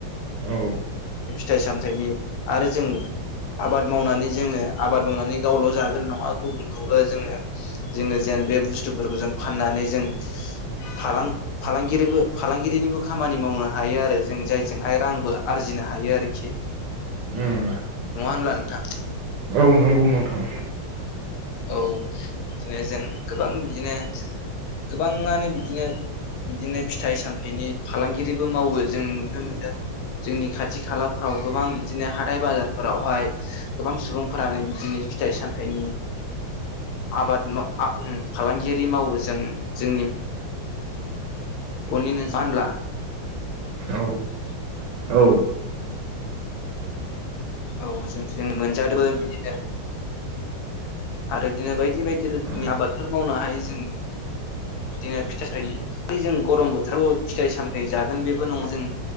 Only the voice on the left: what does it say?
थाइ सामथाइनि आरो जों आबाद मावनानै जोंङो आबाद मावनानै गावल' जागोन नंङा गुबुनखौबो जोंङो जोंङो जेन बे बुस्थुफोरखौ जों फाननानै जों फालां- फालांगिरिनिबो खामानि मावनो हायो आरो। जों जायजोंहाय रांबो आरजिनो हायो आरोखि नंङा
होमब्ला नोंथां?
औ बिदिनो जों गोबां बिदिनो गोबांङानो बिदिनो बिदिनो फिथाइ सामथाइनि फालांगिरिबो मावो जों नुनो मोनदों जोंनि खाथि खालाफ्राव गोबां बिदिनो हाथाय बाजारफोरावहाय गोबां सुबुंफोरानो बिदिनो फिथाइ सामथाइनि आबाद <unintelligible> फालांगियारि मावो जों जोंनि फनि <unintelligible>
औ जों जों <unintelligible> आरो बिदिनो बायदि बायदि रोखोमनि
आबादफोर मावनो हायो जों बिदिनो फिथाइ जों गरम बोथोराव फिथाइ सामथायाइ जागोन बेबो नंङा जों